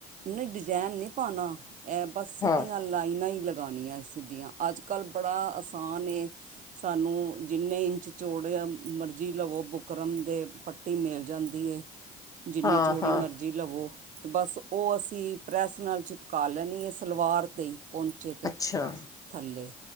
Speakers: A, on the right (about 50°); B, on the left (about 20°).
A: ਨਹੀਂ ਡਿਜਾਇਨ ਨਹੀਂ ਪਾਣਾ ਇਹ ਬਸ ਸਿੱਧੀਆਂ
B: ਹਾਂ
A: ਲਾਈਨਾਂ ਈ ਲਗਾਣੀਆਂ ਸਿੱਧੀਆਂ ਅੱਜ ਕੱਲ੍ਹ ਬੜਾ ਆਸਾਨ ਏ। ਸਾਨੂੰ ਜਿੰਨੇ ਇੰਚ ਚੋੜੇ ਮਰਜ਼ੀ ਲਵੋ ਬੁਕਰਮ ਦੇ ਪੱਟੀ ਮਿਲ ਜਾਂਦੀ ਐ।
B: <inaudible>
A: ਜਿੰਨੀ ਚੌੜੀ
B: ਹਾਂ
A: ਮਰਜ਼ੀ ਲਵੋ ਬਸ ਓ ਅਸੀਂ ਪ੍ਰੈਸ ਨਾਲ ਚਿਪਕਾ ਲੈਂਣੀ ਐ ਸਲਵਾਰ ਤੇ ਈ ਪੌਂਚੇ ਤੇ
B: ਅੱਛਾ
A: ਥੱਲੇ